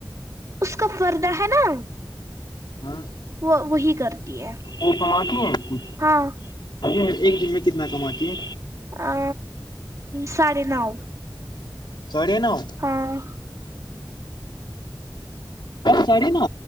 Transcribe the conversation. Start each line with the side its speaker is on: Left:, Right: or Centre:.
Right: اس کا فردہ ہے نا
Left: ہ
Right: وہ وہی کرتی ہے
Left: وہ کما کی ہیں کچھ
Right: ہاں
Left: ایک دن میں کتنا کماتی ہے
Right: ا ساھے نو
Left: ساڑھے نو
Right: ہاں
Left: ساڑی نا